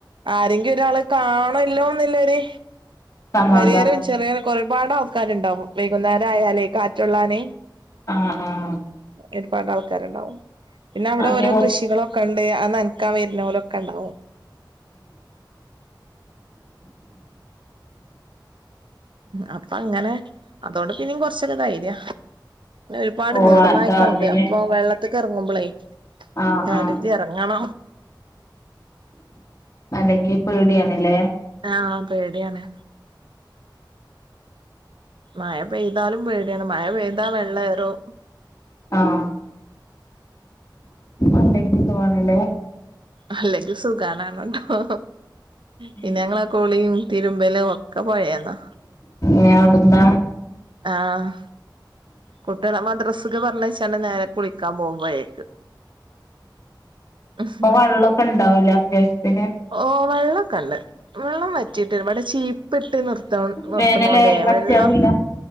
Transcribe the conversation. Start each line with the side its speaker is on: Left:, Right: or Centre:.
Right: ആരെങ്കി ഒരാള് കാണല്ലോന്നില്ലൊര്
Left: സമാധാനം
Right: വരിയേരും ചെറിയരൊക്കെ ഒരുപാട് ആൾക്കാരുണ്ടാവും വൈകുന്നേരാ യാലേ കാറ്റുള്ളാനെ
Left: ആഹ് ആഹ്
Right: ഒരുപാട് ആൾക്കാര്ണ്ടാവും. പിന്നവിടെ
Left: അയിനെ
Right: ഓരോ
Left: കുറിച്ച്
Right: കൃഷികളൊക്കെ ക്കണ്ട്. ആ നൻക്കാ വേര്നോലൊക്കണ്ടാവും. അപ്പൊങ്ങനെ അതോണ്ട് പിന്യും കൊർച്ചൊക്കെ ധൈര്യ ഒരുപാട്
Left: പോവാൻ
Right: നീർനായ്ക്കൾണ്ട്.
Left: ഇതാവണില്ലേ
Right: അപ്പൊ വെള്ളത്ത്ക്കർങ്ങുമ്പളേയ്
Left: ആഹ്
Right: കരുത്യർങ്ങണം
Left: ആഹ് അല്ലെങ്കി പേട്യാണ്‌ ലേ
Right: ആഹ് പേട്യാണ് മഴ പെയ്താലും പേട്യാണ്‌. മഴ പെയ്താ വെള്ളേറും
Left: ആഹ് അല്ലെങ്കി തുആണ്‌ ലേ
Right: അല്ലെങ്കി സുഗാണാണ് ട്ടോ. പിന്നങ്ങള
Left: ഉം
Right: കുളിയും തിരുമ്പലും ക്കൊ പൊഴേന്നാ
Left: ഏഹ് ഔട്ന്ന
Right: ആഹ് കുട്ട്യളെ മദ്രസ്ക്ക് പർഞ്ഞയച്ചാണ്ട് നേരെ കുളിക്കാമ്പോവും. പൊഴേക്ക് അഹ്
Left: പ്പ വള്ളക്കെണ്ടാവുലേ അത്യാവശ് ത്തിന്
Right: ഓഹ് വള്ളക്കണ്ട്. വെള്ളം വറ്റിട്ട്ല്ല വട് ചീപ്പിട്ട് നിർത്തണോ നിർത്ത്ണോണ്ടേ
Left: വേനലായാലും വറ്റാറില്ല
Right: വെള്ളം